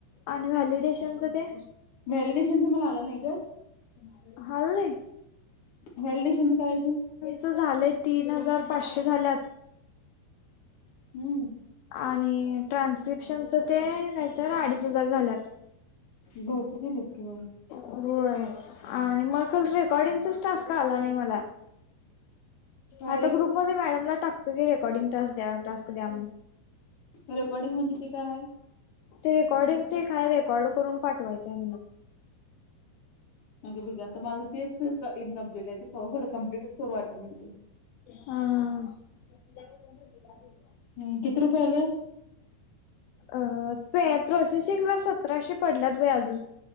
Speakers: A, on the left; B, on the left.
A: आणि व्हॅलिडेशनचं ते
B: व्हॅलिडेशनच मला आलं नाही ग
A: आलं नाही?
B: व्हलिडेशनचं काय आहे ते
A: च झालंय तीन हजार पाचशे झाल्यात
B: हम्म
A: आणि ट्रान्स्क्रिप्शनच ते काय तर अडीच हजार झाल्यात
B: भरपूर झाल्यात कि म
A: होय आणि मग खर रेकॉर्डिंगचाच टास्क आला नाही मला
B: काय
A: आता
B: रे
A: ग्रुप मध्ये मॅडमला टाकतो की रेकॉर्डिंग टास्क द्या टास्क द्या
B: रेकॉर्डिंग म्हणजे ति काय हाय?
A: ते रेकॉर्डिंगच काय रेकॉर्ड करून पाठवायचंय
B: अग बाई ग आता माझ तेच इनकम्प्लीट आहे कंप्लीटच करू वाटत ते
A: हा हा <unintelligible>
B: ह किती रुपयेले
A: अ ते प्रोसेसिंगला सतराशे पडल्यात बय अजू